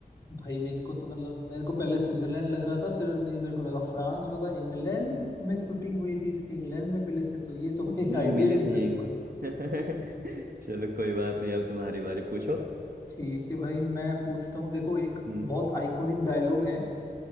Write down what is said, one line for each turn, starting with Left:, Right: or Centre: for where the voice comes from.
Left: भाई मेरे को तो मतलब मेरे को पहले स्विट्जरलैंड लग रहा था फिर नहीं मेरे को लगा फ्रांस होगा इंग्लैंड में शूटिंग हुई थी इसकी इंग्लैंड में मिले थे तो ये तो भाई
Right: हम्म
Left: <laughs> आइडिया
Right: मिले
Left: ही नहीं
Right: थे
Left: था
Right: ये
Left: बिल्कुल
Right: इंग- <laughs> चलो कोई बात नहीं अब तुम्हारी बारी पूछो
Left: ठीक है भाई मैं पूछता हूँ देखो एक
Right: हम्म
Left: बहुत आइकॉनिक डायलॉग है